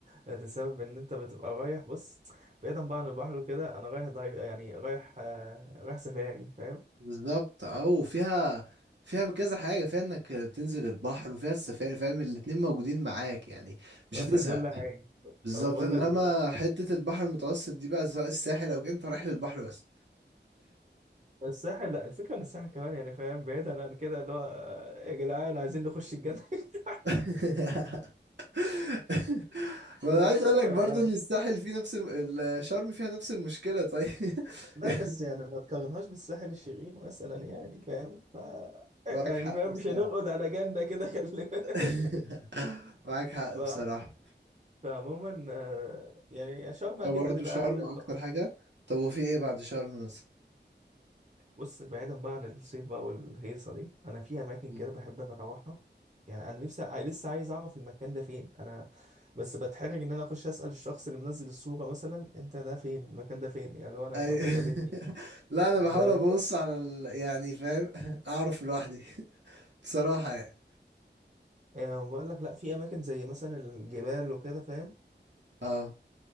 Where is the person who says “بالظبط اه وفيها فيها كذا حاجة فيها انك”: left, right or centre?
Right